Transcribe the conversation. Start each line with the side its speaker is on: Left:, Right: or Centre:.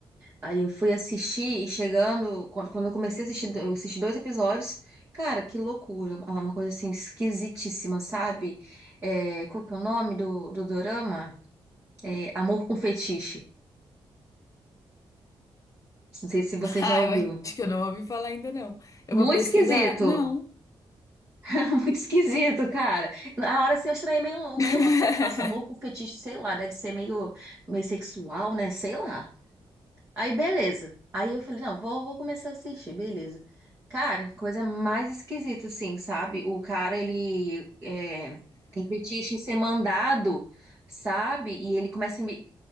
Right: Aí eu fui assistir e chegando, quando, quando eu comecei a assistir, eu assisti dois episódios, cara, que loucura, uma uma coisa assim esquisitíssima, sabe? É, qual que é o nome do, do dorama? É, Amor com Fetiche. Não sei se você
Left: <laughs>
Right: já
Left: Ah,
Right: ouviu.
Left: eu acho que eu não ouvi falar ainda não. Eu
Right: Muito
Left: vou pesquisar?
Right: esquisito,
Left: Não.
Right: <laughs> muito esquisito, cara. Na hora assim, eu estranhei meio, meio
Left: <laughs>
Right: o nome assim, nosso amor com fetiche, sei lá, deve ser meio, meio sexual, né? Sei lá. Aí, beleza. Aí eu falei, não, vou, vou começar a assistir, beleza. Cara, coisa mais esquisita, assim, sabe? O cara, ele é, tem fetiche em ser mandado, sabe? E ele começa a imi-